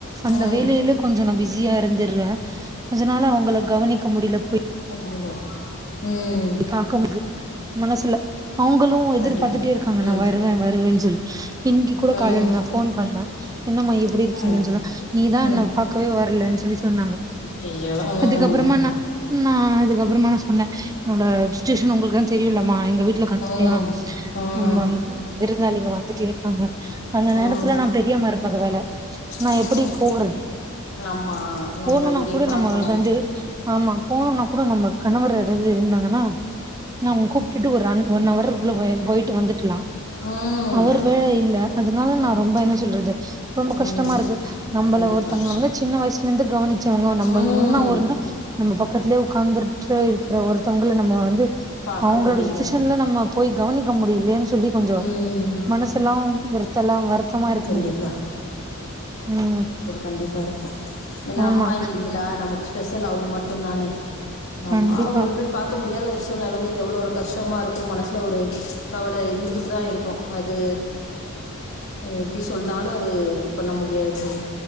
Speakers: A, on the right; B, on the left.
A: அந்த
B: ம்
A: வேலையில கொஞ்ச நா பிஸியா இருந்துர்றே அதனால அவங்கள கவனிக்க முடில போய்
B: அப்டிங்கல ம்
A: பாக்க முது மனசுல அவுங்களு எதிர்பார்த்துட்டேருக்காங்க
B: கண்டிப்பா
A: நா
B: ம்
A: வருவ வருவ சொல்லி இன்னக்கி கூட
B: ம்
A: காலையில நா ஃபோன் பண்ண என்னம்மா எப்டி இருக்கீங்கன்னு
B: ம்
A: சொன்னா நீதா என்ன
B: ம்
A: பாக்கவே வரலன்னு சொல்லி சொன்னாங்க
B: ய ம்
A: அதுக்கப்புறமா நா நா அதுக்கப்புறமா நா சொன்ன என்னோட சுச்சுவேஷன் உங்ளுக்குதா தெரியுல்லமா எங்க வீட்டுல கன்டிநியூவா
B: ம் ம்
A: விருந்தாளிங்க வந்துட்டே பாங்க அந்த நேரத்துல
B: ம்
A: நா பெரிய மருமக வேல நா
B: ம்
A: எப்டி போறது
B: ஆமா நம்ம
A: போணுனா
B: இங்கேயு
A: கூட
B: பாக்கணு
A: நம்ளுக்கு வந்து ஆமா போணும்னா கூட நம்ம கணவர் எர இருந்தாங்கனா நா கூப்டுட்டு ஒரு ரன் ஒன் அவர்குள்ள போயிட்டு வந்துட்லா
B: ம்
A: அவர் வேல இல்ல அதனால நா
B: ம்
A: ரொம்ப என்ன சொல்றது ரொம்ப கஷ்டமாருக்கு
B: ம்
A: நம்மள
B: கண்டிப்பா
A: ஒருத்தவங்கள வந்து சின்ன வயசுல இருந்து கவனிச்சவங்க நம்ல
B: ம்
A: இன்னா ஒரு நம்ம பக்கத்திலேயே உட்கார்ந்துர்ட்டு இருக்கிற ஒருத்தவங்கல நம்ம வந்து
B: பாக்க
A: அவுங்ளோட
B: முடியல
A: சுச்சுவேஷன்ல நம்ம போய் கவனிக்க முடியலே சொல்லி கொஞ்ச
B: ம்
A: மனசெல்லா வெறுத் தலாம் வருத்தமா இருக்கனது
B: கண்டிப்பா
A: ம்
B: கண்டிப்பாஇருக்கு ஏனா
A: ஆமா
B: அம்மா இல்லிங்ளா நமக் ஸ்பெஷல் அவுங் மட்டு தானே ஆமா
A: கண்டிப்பா
B: அவுகள போய் பாக்க முடியாத ஒரு சூழ்நில வந்து எவ்ளோ ஒரு கஷ்டமா இருக்கு மனஸ்ல ஒரு கவல இருந்துக்கிட்டு தா இருக்கு அது எப்டி சொன்னாலும அது இது பண்ண முடியாது தோழி